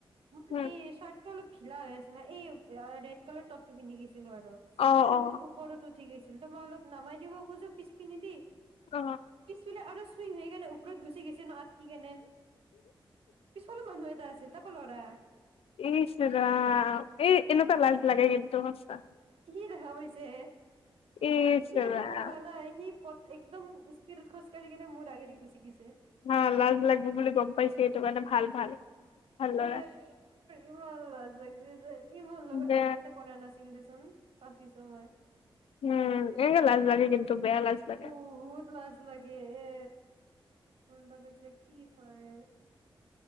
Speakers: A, on the right (about 75°); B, on the left (about 80°).
A: মোৰ
B: উম
A: এই চ অলপ ঢিলা হৈ আছে ন', এই ৰেড কালাৰ টপটো পিন্ধি গৈছ ছিলো আৰু,
B: অ
A: মানে
B: অ
A: বহুত ওপৰতো ঠিক আছিল ত', মই অলপ নমাই দিব খোজো পিছপিনিদি
B: অ
A: পিছপিনে অনুচ চুইং হৈ কেনে ওপৰত গুচি গৈছে ন আত কি কেনে। পিছফালৰ মানুহ এটা আছিল তাকো ল'ৰা
B: ইচ ৰাম, এই এনেকুৱা লাজ লাগে কিন্তু সচা।
A: কি দেখা পাইছে হে।
B: ইচ
A: সি আকৌ
B: ৰাম
A: হাঁহা নাই, সি পথ একদম খোজ কাঢ়ি কিনে মোৰ আগেদি গুচি গিছে
B: হা লাজ লাগিব বুলি গম পাইছে সেইটো কাৰণে ভাল ভাল ভাল ল'ৰা
A: এ মোৰ ইমান লাজ লাগিছে যে ইমান লগত
B: যে
A: আইকনতে কৰা নাছিল যে উম পাচিছো মই
B: উম হে লাজ লাগে কিন্তু বেয়া লাজ লাগে
A: বহুত লাজ লাগে এ উল কি হয়